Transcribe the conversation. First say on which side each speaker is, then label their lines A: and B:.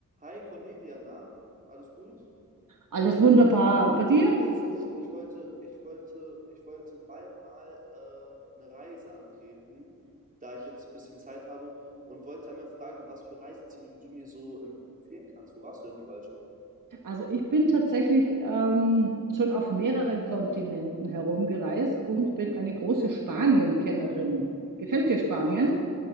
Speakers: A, on the right; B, on the right.
A: Hi Cornelia, na? Alles gut?
B: Alles wunderbar. Und bei dir?
A: Ja, so, ich wollte, ich wollte, ich wollte bald mal äh, eine Reise antreten, da ich jetzt ein bisschen Zeit habe und wollte einmal fragen, was für Reiseziele du mir so ähm, empfehlen kannst. Wo warst du denn überall schon?
B: Also ich bin tatsächlich ähm, schon auf mehreren Kontinenten herumgereist und bin eine große Spanien-Kennerin. Gefällt dir Spanien?
A: Ah,